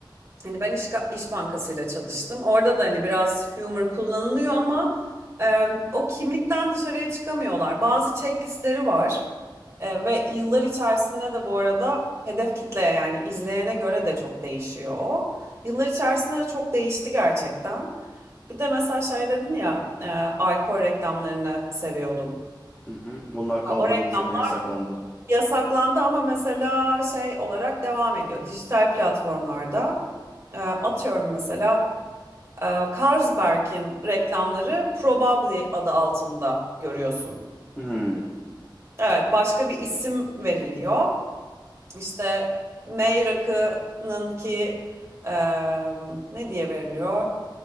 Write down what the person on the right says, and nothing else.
Hani ben iş, iş bankasıyla çalıştım. Orada da hani biraz humor kullanılıyor ama e, o kimlikten dışarıya çıkamıyorlar. Bazı checklistleri var E, ve yıllar içerisinde de bu arada hedef kitleye yani izleyene göre de çok değişiyor. o. Yıllar içerisinde de çok değişti gerçekten. Bir de mesela şey dedin ya e, alkol reklamlarını seviyordum.
O reklam
yasaklandı ama mesela şey olarak devam ediyor. Dijital platformlarda e, atıyorum mesela e, Carlsberg'in reklamları Probably adı altında görüyorsun.
Evet, başka bir isim veriliyor. İşte May rakının ki e, ne diye veriliyor?